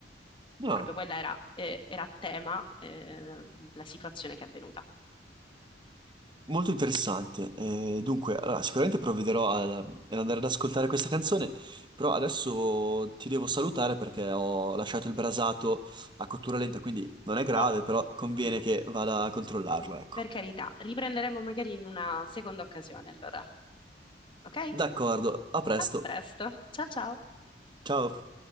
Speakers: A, on the right; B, on the left.
A: No.
B: Proprio quella era, eh, era a tema, eh, la situazione che è avvenuta.
A: Molto interessante. Eh, dunque, allora, sicuramente provvederò a- eh, ad andare ad ascoltare questa canzone, però adesso ti devo salutare perché ho lasciato il brasato a cottura lenta, quindi non è grave,
B: Oh,
A: però conviene
B: no,
A: che vada a controllarlo, ecco.
B: per carità, riprenderemo magari in una seconda occasione, allora, ok?
A: D'accordo, a presto.
B: A presto, ciao ciao!
A: Ciao.